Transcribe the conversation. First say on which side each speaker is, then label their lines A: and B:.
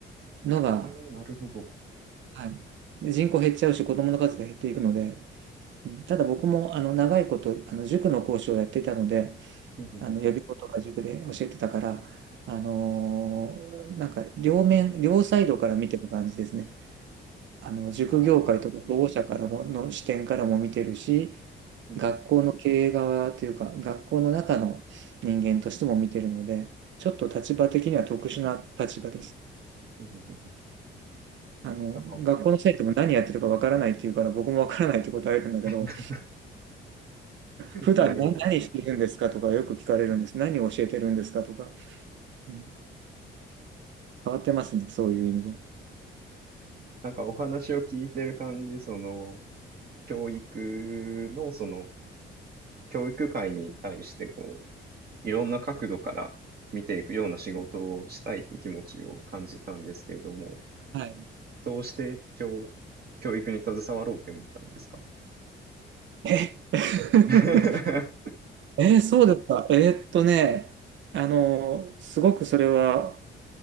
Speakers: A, on the right; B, on the right.
A: のが、
B: はい、なるほど。
A: はい。で、人口減っちゃうし、子供の数が減っていくので、うんただ僕もあの長いことあの塾の講師をやっていたので、
B: <laughs> うんうんうん
A: あの予備校とか塾で教えてたから、あのーなんか両面、両サイドから見てる感じですね。あの塾業界とか保護者からもの視点からも見てるし、
B: なるほど。<laughs> うんうん
A: 学校の経営側というか、学校の中の人間としても見てるので、ちょっと立場的には特殊な立場です。
B: うんうんうん
A: あの、
B: なんか、
A: 学校の生徒も何やってるかわからないって言うから、僕もわからないって答えるんだけど、
B: <laughs>
A: 普段何何してるんですかとかよく聞かれるんです。
B: なるほど。うん
A: 何を教えてるんですかとか。うん変わってますね、そういう意味では。
B: なんかお話を聞いてる感じ、その、教育の、その、教育界に対して、こう、いろんな角度から見ていくような仕事をしたいって気持ちを感じたんですけれども、
A: はい。
B: どうして教、教育に携わろうって思ったんですか
A: え、<laughs>
B: <laughs>
A: えーそうですか。えーっとね、あの、すごくそれは、